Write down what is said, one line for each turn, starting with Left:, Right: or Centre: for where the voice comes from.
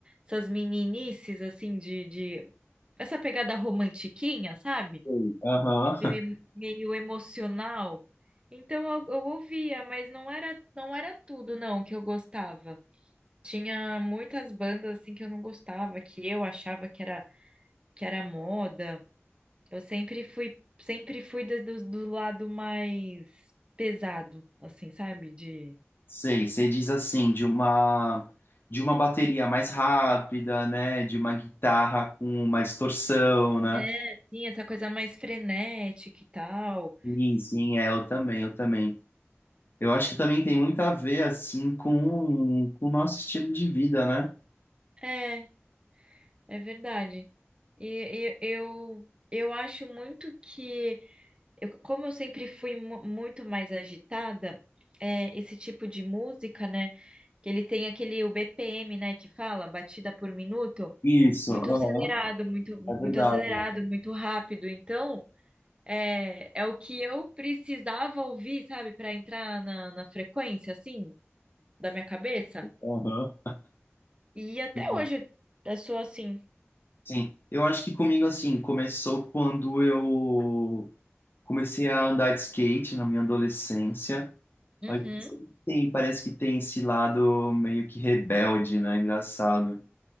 Right: essas meninices assim de, de essa pegada romantiquinha, sabe?
Left: Sim. Aham.
Right: meio, meio emocional. Então eu, eu ouvia, mas não era, não era tudo não que eu gostava. Tinha muitas bandas assim que eu não gostava, que eu achava que era que era moda. Eu sempre fui sempre fui do, do do lado mais pesado, assim, sabe? De
Left: Sei, você diz assim, de uma, de uma bateria mais rápida, né? De uma guitarra com uma distorção, né?
Right: é, sim, essa coisa mais frenética e tal.
Left: Sim, sim, é, eu também, eu também. Eu acho que também tem muito a ver, assim, com, com o nosso estilo de vida, né?
Right: É, é verdade. E, e eu eu acho muito que Eu, como eu sempre fui mu- muito mais agitada, é, esse tipo de música, né? Que ele tem aquele o BPM, né? Que fala batida por minuto,
Left: Isso,
Right: muito
Left: aham,
Right: acelerado, muito, muito
Left: é verdade.
Right: acelerado, muito rápido. Então, é, é o que eu precisava ouvir, sabe, para entrar na, na frequência, assim, da minha cabeça.
Left: Aham,
Right: E até
Left: sim.
Right: hoje eu sou assim.
Left: Sim. Eu acho que comigo, assim, começou quando eu comecei a andar de skate na minha adolescência.
Right: Uhum.
Left: Mas sempre tem, parece que tem esse lado meio que rebelde, né? Engraçado.